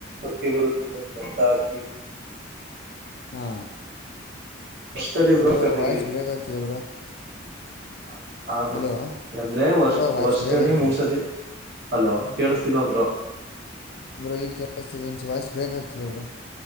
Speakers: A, on the right; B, on the left.
A: ಅಕ್ಕಿ ಬರುತ್ತರು ಭತ್ತ ಅಕ್ಕಿ
B: ಹಾ
A: ವರ್ಷದಲ್ಲಿ
B: ಬಬ್ರು
A: ಬ್ರೋ ಬೆಳದಿದ್ದೀವಿ
B: ವಾಯ್ಸ್ ಬ್ರೇಕ್ ಆಗ್ತಿದೆ ಬ್ರೋ
A: ಹ ಹಬ
B: ಹಲೋ
A: ಅಂದ್ರೆ ವರ್ಷ
B: ಬ್ರೋ ವಾಯ್ಸ್
A: ವರ್ಷದಲ್ಲಿ
B: ಬ್ರೇಕ್ ಆಗ್ತಿದೆ
A: ಮೂರ್ ಸತಿ ಅಲೋ ಕೇಳತ ತಿನವರ
B: ಬ್ರ ಈಗ ಕೇಳಸ್ತಿದೆ ಅಂಚ ವಾಯ್ಸ್ ಬ್ರೇಕ್ ಆಗ್ತಿದೆ ಬ್ರ